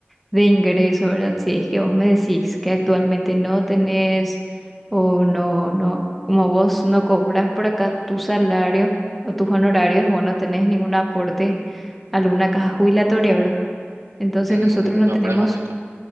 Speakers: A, in the centre; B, on the right.
A: de ingreso, ¿verdad? Si es que vos me decís que actualmente no tenés o no, no, como vos no cobras por acá tu salario o tus honorarios, vos no tenés ningún aporte a alguna caja jubilatoria, ¿verdad? Entonces
B: Mm,
A: nosotros no
B: no,
A: tenemos
B: por el momento.